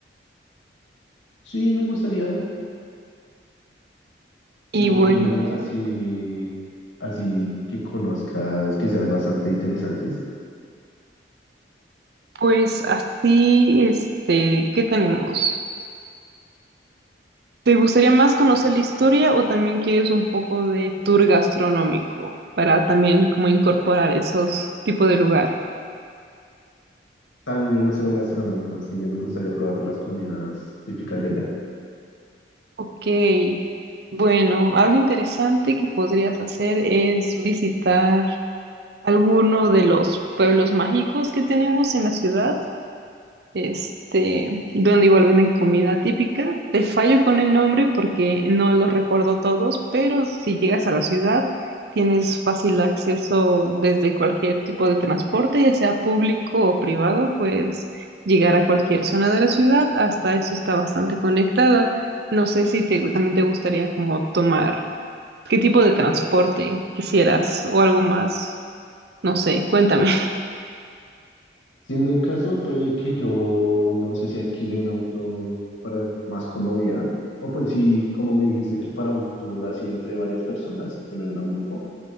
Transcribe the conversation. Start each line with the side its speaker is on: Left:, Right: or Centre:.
Left: Sí, me gustaría
Right: Y
Left: como
Right: bueno,
Left: que lugares así, así que conozcas, que sean bastante interesantes.
Right: pues así, este, ¿qué tenemos? ¿Te gustaría más conocer la historia o también quieres un poco de tour gastronómico para también como incorporar esos tipos de lugar?
Left: También me gustaría gastronómicos y me gustaría probar las comidas típicas de allá.
Right: Ok, bueno, algo interesante que podrías hacer es visitar alguno de los pueblos mágicos que tenemos en la ciudad. este, donde igual venden comida típica. Te fallo con el nombre porque no los recuerdo todos, pero si llegas a la ciudad, tienes fácil acceso desde cualquier tipo de transporte, ya sea público o privado, pues llegar a cualquier zona de la ciudad, hasta eso está bastante conectada. No sé si te, también te gustaría como tomar, qué tipo de transporte quisieras o algo más, no sé, cuéntame.
Left: Siendo el caso, puede que yo no sé si alquile un auto para más comodidad, o pues sí, como me dijiste que para un tour así entre varias personas, que me una un grupo,